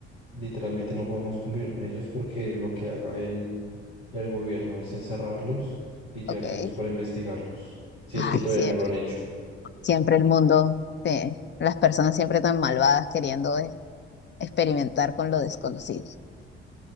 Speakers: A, on the left (about 85°); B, on the left (about 35°).
A: literalmente no podemos convivir con ellos porque lo que haga el, el gobierno es encerrarlos y llevárselos
B: Ok. Ay,
A: para investigarlos, si
B: <laughs>
A: es que todavía
B: siempre,
A: no lo han hecho.
B: siempre el mundo, sí, las personas siempre tan malvadas queriendo eh, experimentar con lo desconocido.